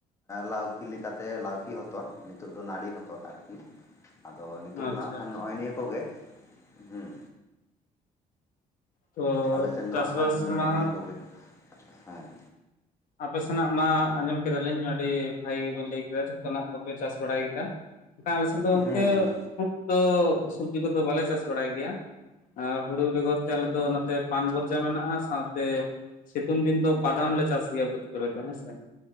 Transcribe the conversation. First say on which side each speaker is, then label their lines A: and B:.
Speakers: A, on the left (about 20°); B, on the left (about 65°).
A: ᱞᱟᱹᱣᱠᱤ ᱞᱮᱠᱟᱛᱮ ᱞᱟᱹᱣᱠᱤ ᱦᱚᱛᱚᱫ ᱱᱤᱛᱚᱜ ᱫᱚ ᱱᱟᱹᱲᱤ ᱦᱚᱛᱚᱫ ᱟᱨᱠᱤ᱾ ᱟᱫᱚ ᱱᱤᱛᱳᱜ
B: ᱟᱪᱪᱷᱟ
A: ᱫᱚ ᱦᱟᱸᱜ ᱠᱷᱟᱱ
B: ᱟᱪᱪᱷᱟ
A: ᱱᱚᱜᱼᱚᱭ ᱱᱤᱭᱟᱹ ᱠᱚ ᱜᱮ ᱦᱩᱸᱼᱼ
B: ᱛᱚ
A: ᱟᱞᱮ ᱥᱮᱱ ᱫᱚ
B: ᱪᱟᱥᱵᱟᱥ
A: ᱦᱟᱸᱜ ᱠᱷᱟᱱ
B: ᱢᱟ
A: ᱱᱤᱭᱟᱹ ᱠᱚᱜᱮ ᱦᱮᱸ᱾
B: ᱟᱯᱮ ᱥᱮᱱᱟᱜ ᱢᱟ ᱟᱸᱡᱚᱢ ᱠᱮᱫᱟᱞᱤᱧ ᱟᱹᱰᱤ ᱵᱷᱟᱜᱤ ᱜᱮᱵᱤᱱ ᱞᱟᱹᱭ ᱠᱮᱫᱟ ᱡᱷᱚᱛᱚ ᱱᱟᱜ ᱠᱚ ᱯᱮ ᱪᱟᱥ ᱵᱟᱲᱟᱭ ᱠᱮᱫᱟ, ᱮᱱᱠᱷᱟᱱ ᱟᱞᱮ ᱥᱮᱫ ᱫᱚ
A: ᱦᱮᱸ
B: ᱚᱱᱠᱮ
A: ᱦᱮᱸ
B: ᱠᱷᱩ ᱫᱚ ᱥᱚᱵᱡᱤ ᱠᱚᱫᱚ ᱵᱟᱞᱮ ᱪᱟᱥ ᱵᱟᱲᱟᱭ ᱜᱮᱭᱟ᱾ ᱟᱨ ᱦᱩᱲᱩ ᱵᱮᱜᱚᱨ ᱛᱮ ᱟᱞᱮ ᱫᱚ ᱱᱚᱛᱮ ᱯᱟᱱᱵᱚᱨᱡᱟ ᱢᱮᱱᱟᱜᱼᱟ ᱥᱟᱶᱛᱮᱼᱼ ᱥᱤᱛᱩᱝ ᱫᱤᱱ ᱫᱚ ᱵᱟᱫᱟᱢ ᱞᱮ ᱪᱟᱥ ᱜᱮᱭᱟ ᱵᱟᱹᱫᱽ ᱠᱚ ᱨᱮ ᱫᱚ ᱦᱮᱸ ᱥᱮ,